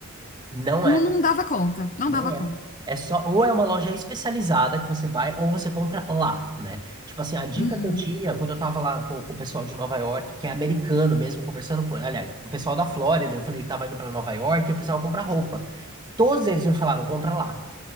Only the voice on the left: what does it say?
não,
não dava conta, não
dava conta.
Uhum.